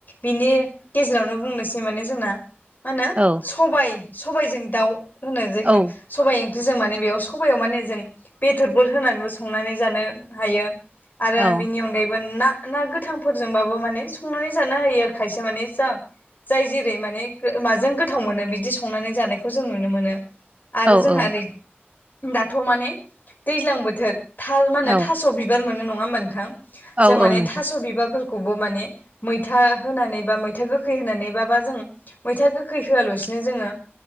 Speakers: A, on the left; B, on the right.
A: बिनि गेजेरावनो बुंनोसै माने जोंना मा होनो
B: औ।
A: सबाइ सबाइजों दाउ होनो जायखौ
B: औ
A: सबाइ ओंख्रिजों माने बेयाव सबायाव माने जों बेदरफोर होनानैबो संनानै जानो हायो आरो
B: औ
A: बिनि अनगायैबो ना ना गोथांफोरजोंबाबो माने संनानै जानो हायो आरो खायसे माने जा जाय जेरै माने माजों गोथाव मोनो बिदि संनानै जानायखौ जों नुनो मोनो आरो
B: औ
A: जोंहा ओरै दाथ' माने दैज्लां बोथोर। थाल मा होनो
B: औ
A: थास' बिबार मोनो नङा होमबा नोंथां
B: औ
A: जों माने
B: औ नोंथां
A: थास' बिबारफोर खौबो माने मैथा होनानै बा मैथा गोखै होनानै बाबा जों मैथा गोखै होआल'सिनो जोंङो